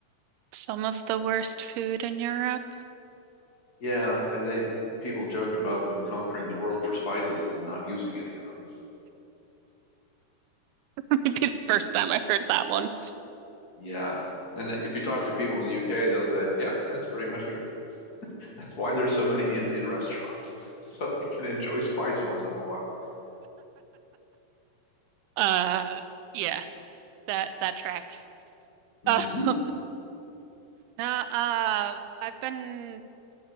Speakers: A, on the right (about 85°); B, on the left (about 45°).
A: some of the worst food in Europe.
B: Yeah, I, they people joke about them conquering the world for spices and then not using any of them.
A: <laughs> Maybe the first time I heard that one.
B: Yeah, and if you talk to people in the UK, they'll say, "Yep, that's pretty much true." That's why there's so many Indian restaurants, <laughs> so we can enjoy spice once in a while.
A: Uh, yeah, that that tracks.
B: Mm-hmm.
A: Uh, <laughs> no, uh, I've been